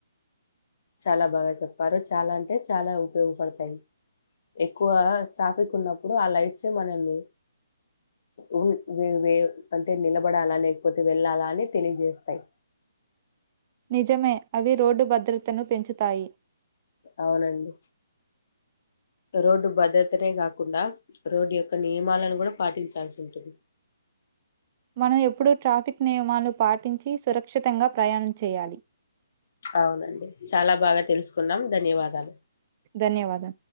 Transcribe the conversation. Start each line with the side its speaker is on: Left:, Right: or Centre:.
Left: చాలా బాగా చెప్పారు చాలా అంటే చాలా ఉపయోగపడతాయి ఎక్కువ ట్రాఫిక్ ఉన్నప్పుడు ఆ లైట్స్ మనల్ని ఉన్- వే- వే- అంటే నిలబడాలా లేకపోతే వెళ్ళాలా అని తెలియజేస్తాయి
Right: నిజమే. అవి రోడ్డు భద్రతను పెంచుతాయి.
Left: అవునండి రోడ్డు భద్రతనే కాకుండా రోడ్డు యొక్క నియమాలను కూడా పాటించాల్సి ఉంటుంది
Right: మనం ఎప్పుడూ ట్రాఫిక్ నియమాలు పాటించి సురక్షితంగా ప్రయాణం చేయాలి.
Left: అవునండి చాలా బాగా తెలుసుకున్నాం ధన్యవాదాలు
Right: ధన్యవాదాలు.